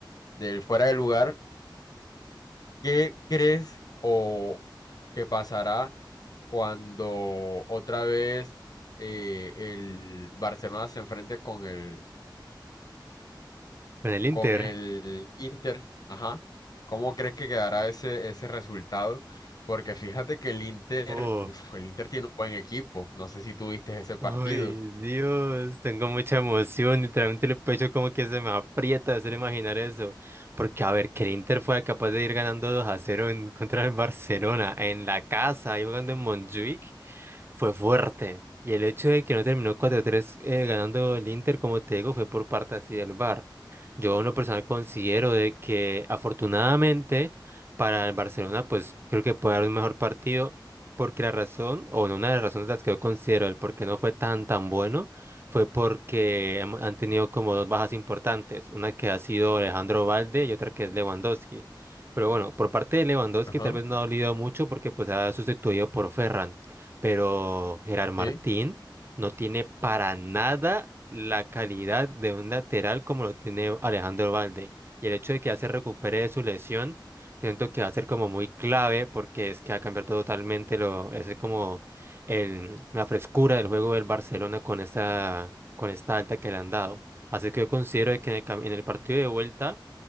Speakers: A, on the left (about 50°); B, on the right (about 30°).
A: del fuera de lugar, ¿qué crees o qué pasará cuando otra vez eh, el Barcelona se enfrente con el
B: Con el Inter.
A: con el Inter, ajá. ¿Cómo crees que quedará ese, ese resultado? Porque fíjate que el Inter,
B: Oh,
A: uf, el Inter tiene un buen equipo. No sé si tú viste ese partido.
B: ay, Dios, tengo mucha emoción, literalmente el pecho como que se me aprieta de hacer imaginar eso, porque a ver, que el Inter fue capaz de ir ganando 2 a cero en contra del Barcelona, en la casa, ahí jugando en Montjuic, fue fuerte. Y el hecho de que no terminó 4-3 eh, ganando el Inter, como te digo, fue por parte así del VAR. Yo en lo personal considero de que afortunadamente para el Barcelona, pues creo que puede dar un mejor partido, porque la razón, o no, una de las razones de las que yo considero el por qué no fue tan tan bueno, fue porque hem- han tenido como dos bajas importantes, una que ha sido Alejandro Valde y otra que es Lewandowski. Pero bueno, por parte de Lewandowski
A: Ajá,
B: tal vez no ha dolido mucho porque pues ha sustituido por Ferran pero Gerard Martín
A: sí,
B: no tiene para nada la calidad de un lateral como lo tiene Alejandro Valde. Y el hecho de que ya se recupere de su lesión, siento que va a ser como muy clave porque es que va a cambiar totalmente lo, ese como el, la frescura del juego del Barcelona con esta, con esta alta que le han dado. Así que yo considero de que en el, cam- en el partido de vuelta